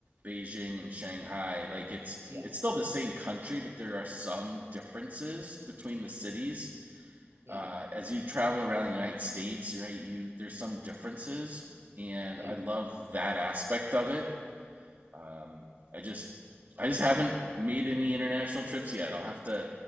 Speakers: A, on the right; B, on the right.
A: Beijing and Shanghai. Like it's
B: Yeah,
A: it's still the same country, but there are some differences between the cities
B: yeah,
A: uh, as you travel around the United States, right, you there's some differences, and
B: yeah,
A: I love that aspect of it. Um, I just I just haven't made any international trips yet. I'll have to.